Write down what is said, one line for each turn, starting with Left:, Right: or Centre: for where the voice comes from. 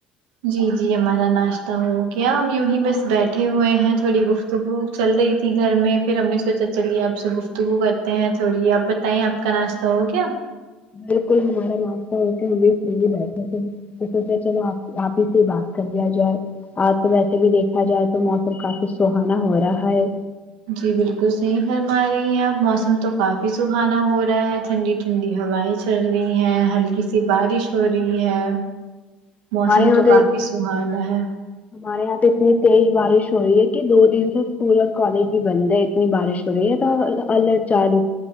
Right: جی جی ہمارا ناشتہ ہو گیا ہم یوں یی بس بیٹھے ہوئے ہیں تھوڑی گفت گفتگو چل رہی تھی گھر میں پھر ہم نے سوچا چلیے آپ سے گفتگو کرتے ہیں تھوڑی آپ بتائیں آپ کا ناشہ تو ہو گیا
Left: بالکل ہمارا ناشتہ ہے کہ ہم بھی فری ہی بیٹھے تھے ہیں تو سوچا چلو آپ آپ ہی سے بات کر لیا جائے آج تو ویسے بھی دیکھا جائے تو موسم کافی سہانا ہو رہا ہے
Right: جی بالکل صحیح فرما رہی ہیں اپ موسم تو کافی سہانا ہو رہا ہے ٹھنڈی ٹھنڈی ہوائیں چل رہی ہیں ہلکی سی بارش ہو رہی ہے
Left: ہمارے
Right: موسم
Left: یہاں
Right: تو کافی سہانا ہے
Left: ہمارے یہاں پہ اتنی تیز بارش ہو رہی ہے کہ دو دن سے اسکول اور کالج بھی بند ہے اتنی بارش ہو رہی ہے الرٹ جار